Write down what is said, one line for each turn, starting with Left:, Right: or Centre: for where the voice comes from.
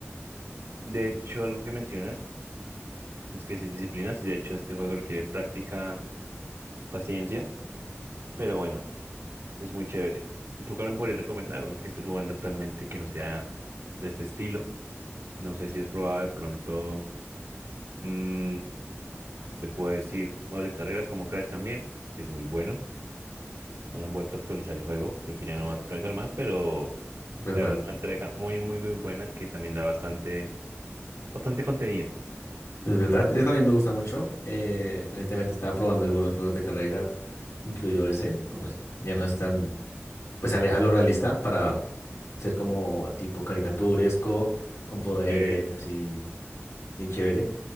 Right: de hecho, algo que mencionas es que sí disciplinas y de hecho este juego requiere práctica, paciencia, pero bueno, es muy chévere. ¿Y tú también podrías recomendar uno que estés jugando actualmente que no sea de este estilo? No sé si has probado de pronto, mm, te puedo decir, juegos de carreras como Crash también, que es muy bueno. No han vuelto a actualizar el juego, creo que ya
Left: Eh,
Right: no van a actualizar más, pero...
Left: Es verdad,
Right: La verdad es una entrega muy, muy, muy buena que también da bastante, bastante contenido.
Left: es verdad. Eso también me gusta mucho. Eh, recientemente estaba probando algunos juegos de carrera, incluido ese, como es, ya no es tan, pues se aleja de lo realista para ser como tipo caricaturesco, con poderes,
Right: Sí.
Left: así bien chévere.